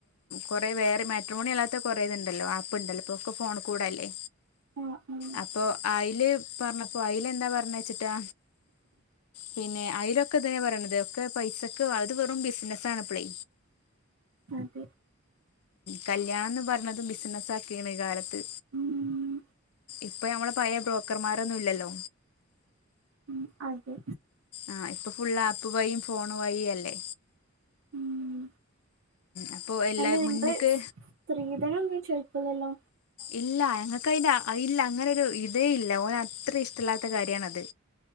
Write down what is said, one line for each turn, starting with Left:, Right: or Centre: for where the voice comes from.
Left: കൊറെ വേറെ മെട്രോണി അല്ലാത്ത കൊറേ ഇത്ണ്ടല്ലോ ആപ്പ് ഇണ്ടല്ലോ ഇപ്പൊ ഒക്കെ ഫോൺ കൂടെ അല്ലേ
Right: ആ ആ
Left: അപ്പോ ആയി ല് പറഞ്ഞപ്പോ അയ്ല് എന്താ പറഞ്ഞച്ചിട്ടാ പിന്നെ അയ്ലൊക്കെ ഇതെ പറിണത് ഒക്കെ പൈസക്ക് അത് വെറും ബിസിനസാണ് ഇപ്പളെ
Right: അതെ
Left: കല്യാണംന്ന് പറഞ്ഞത് ബിസിനസ്സ് ആക്കിക്ണ് ഈ കാലത്ത്
Right: ഉം
Left: ഇപ്പൊ നമ്മടെ പയെ ക്കർമാരൊന്നുല്ലല്ലോ
Right: ഉം അതെ
Left: ആ ഇപ്പം ഫുള്ള് ആപ്പ് വഴും ഫോൺ വഴും അല്ലേ
Right: ഉം
Left: അപ്പോൾ എല്ലാ
Right: അല്ല നിങ്ങള്
Left: മുന്നേക്ക്
Right: സ്ത്രീധനൊന്നും ചോയ്ക്കൂല്ലല്ലോ
Left: ഇല്ല ഞങ്ങക്ക് അയ്ൻ ഇല്ല അങ്ങനെ ഒരു ഇതേ ഇല്ല ഓന് അത്രേം ഇഷ്ടല്ലാത്ത കാര്യാണത്